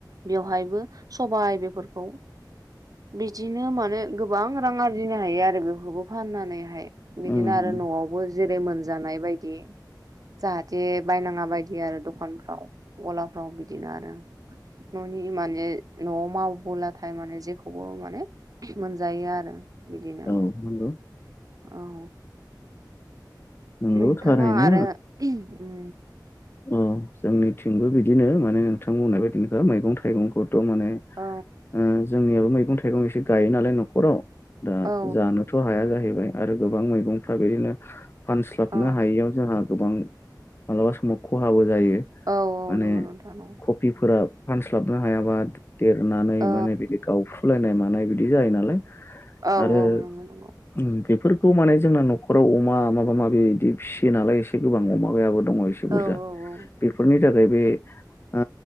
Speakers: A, on the right; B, on the left.
A: बेवहायबो सबाय बेफोरखौ बिदिनो माने गोबां रां आरजिनो हायो आरो बेफोरखौ फाननानैहाय बिदिनो
B: उम
A: आरो न'आवबो जेरै मोनजानाय बायदि जाहाथे बायनाङा बायदि आरो दखानफ्राव गलाफ्राव बिदिनो आरो न'नि माने न'आव मावबोलाथाय माने जेखौबो माने मोनजायो आरो बिदिनो
B: औ नंगौ
A: औ
B: नंगौ
A: नोंथाङा
B: थारैनो
A: आरो उम
B: उम जोंनिथिंबो बिदिनो माने नोंथां बुंनाय बायदिनोखा मैगं थाइगंखौ त' माने
A: औ
B: ओ जोंनियाबो मैगं थाइगं एसे गायो नालाय न'खराव दा
A: औ
B: जानोथ' हाया जाहैबाय आरो गोबां मैगंफ्रा बिदिनो फानस्लाबनो
A: औ
B: हायियाव जोंहा गोबां मालाबा समाव ख'हाबो जायो
A: औ औ
B: माने
A: नंगौ नोंथां औ
B: ख बिफोरा फानस्लाबनो हायाबा देरनानै
A: औ
B: माने बिदि गाव लायनाय मानाय बिदि जायो नालाय
A: औ
B: आरो
A: नंगौ नंगौ
B: उम बेफोरखौ माने जोंना न'खराव अ मा माबा माबि इदि फिसियो नालाय एसे गोबां अमा गैयाबो दङ एसे बुरजा।
A: औ औ
B: बेफोरनि थाखाय बे आ